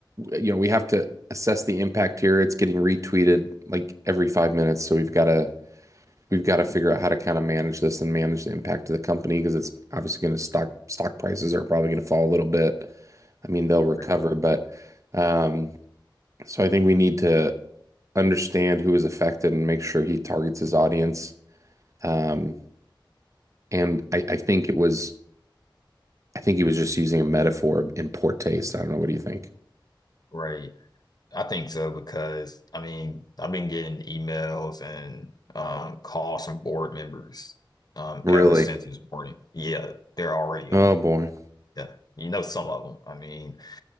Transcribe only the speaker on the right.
you know we have to assess the impact here. It's getting retweeted like every five minutes, so we've got to we've got to figure out how to kind of manage this and manage the impact to the company because it's obviously going to stock stock prices are probably going to fall a little bit. I mean, they'll recover,
but um, so I think we need to understand who is affected and make sure he targets his audience. Um, and I, I think it was, I think he was just using a metaphor in poor taste. I don't know. What do you think?
Really?
Oh
boy.